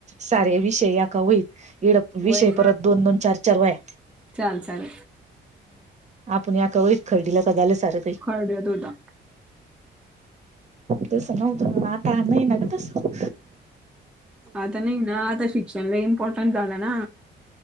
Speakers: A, on the right; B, in the centre.
A: सारे विषय होई एड विषय
B: वही
A: परत दोन दोन चार चार वया.
B: चाल चाल
A: आपण याका वईच खरदीला तर झालं सार काही.
B: खळदळत होता.
A: तस नव्हतं आता नाही ना ग तसं.
B: आता नाही ना तसं आता शिक्षण इम्पॉर्टंट झाला ना.